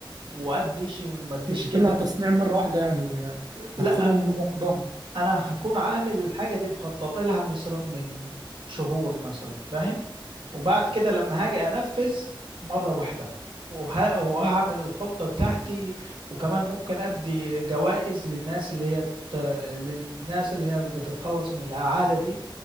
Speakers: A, on the right; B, on the right.
A: وأديش ما أديش
B: مش
A: كده
B: هتمنع التصنيع مرة واحدة يعني آه،
A: لا
B: هتاخدهم واحدة واحدة
A: انا هكون عامل الحاجه دي مخطط لها مثلا من شهور مثلا فاهم وبعد كده لما هاجي انفذ مره واحده وه- وهعمل الخطه بتاعتي وكمان ممكن ادي جوائز للناس اللي هي تت... للناس اللي هي اللي بتتخلص من العاده دي